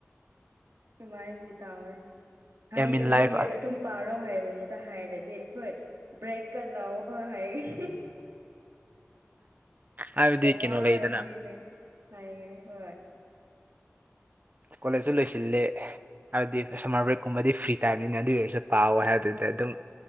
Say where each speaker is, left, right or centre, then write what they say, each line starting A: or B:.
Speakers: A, on the right; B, on the right.
A: ꯁꯨꯃꯥꯏꯅꯗꯤ ꯇꯥꯎꯋꯦ ꯍꯥꯏꯇꯕꯩꯒꯤ
B: ꯌꯥꯝ ꯏꯟ ꯂꯥꯏꯐ
A: ꯑꯗꯨꯝ ꯄꯥꯔꯣ ꯍꯥꯏꯕꯅꯤ ꯍꯥꯏꯔꯗꯤ ꯍꯣꯏ ꯕ꯭ꯔꯦꯛꯀ ꯂꯥꯛꯑꯣ ꯍꯥꯏꯔꯒꯗꯤ
B: ꯍꯥꯏꯕꯗꯤ ꯀꯩꯅꯣ
A: ꯋꯥꯔꯗꯤ
B: ꯂꯩꯗꯅ
A: ꯍꯥꯏꯒꯅꯤ ꯍꯣꯏ
B: ꯀꯣꯂꯦꯖꯁꯨ ꯂꯣꯏꯁꯤꯜꯂꯦ ꯍꯥꯏꯕꯗꯤ ꯁꯝꯃꯔ ꯕ꯭ꯔꯦꯛꯀꯨꯝꯕꯗꯤ ꯐ꯭ꯔꯤ ꯇꯥꯏꯝꯅꯤꯅ ꯑꯗꯨꯏ ꯑꯣꯏꯔꯁꯨ ꯄꯥꯎꯋꯦ ꯍꯥꯏ ꯑꯗꯨꯗ
A: ꯑꯥ
B: ꯑꯗꯨꯝ